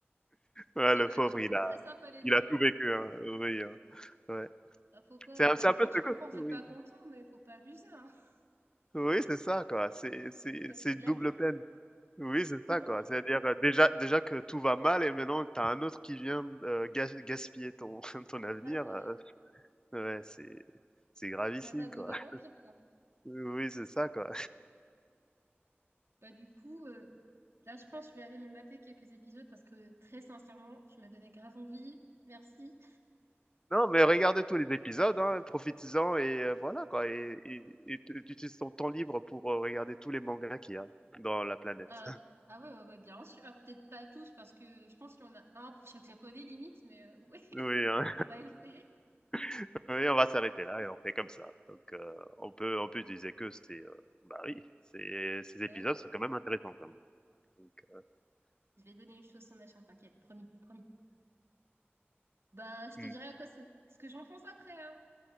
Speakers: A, on the left (about 20°); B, on the right (about 80°).
A: Ouais,
B: Ah
A: le
B: bah
A: pauvre,
B: d'accord,
A: il
B: pas
A: a,
B: très sympa les
A: il
B: dieux,
A: a
B: hein,
A: tout vécu.
B: pas très sympa.
A: hein. Oui, hein. Ouais.
B: Bah, faut pas,
A: C'est un,
B: euh, d'accord,
A: c'est un peu
B: je
A: ce
B: comprends,
A: côté,
B: vous
A: oui,
B: êtes pas content, mais faut pas abuser, hein. <laughs>
A: oui c'est ça, quoi. C'est c'est-
B: C'est
A: c'est
B: c'est de
A: une
B: l'abus.
A: double peine. Oui, c'est
B: Non,
A: ça, quoi.
B: oui.
A: C'est-à-dire, heu, déjà déjà que tout va mal et maintenant tu as un autre qui vient, heu, gas gaspiller ton <laughs> ton avenir,
B: Ah ouais,
A: heu,
B: euh,
A: ouais, c'est c'est gravissime,
B: ça va de
A: quoi.
B: mal
A: <laughs>
B: en pire, quoi.
A: Oui, c'est ça, quoi.
B: Bah du coup, euh, là je pense que je vais aller me mater quelques épisodes parce que très sincèrement, tu m'as donné grave envie. Merci.
A: Non, mais regardez tous les épisodes, hein, profitez-en et heu, voilà, quoi et et et tu tu utilises ton temps libre pour, heu, regarder tous les mangas qu'il y a dans la planète.
B: Ah,
A: <laughs>
B: ah ouais, ouais, ouais, bien sûr. Ah, peut-être pas tous parce que je pense qu'il y en a un pour chaque japonais limite, mais euh, ouais,
A: Oui, hein,
B: <laughs> on va essayer.
A: <laughs> oui, on va s'arrêter là et on fait comme ça. Donc heu, on peut on peut utiliser que ces, heu, bah, oui, ces ces
B: Ah
A: épisodes
B: oui,
A: sont quand même intéressants, quand même. Donc heu,
B: je vais donner une chose sans machin, t'inquiète, promis, promis. Bah je te
A: mmh.
B: dirai à quoi c'est- ce que j'en pense après, hein.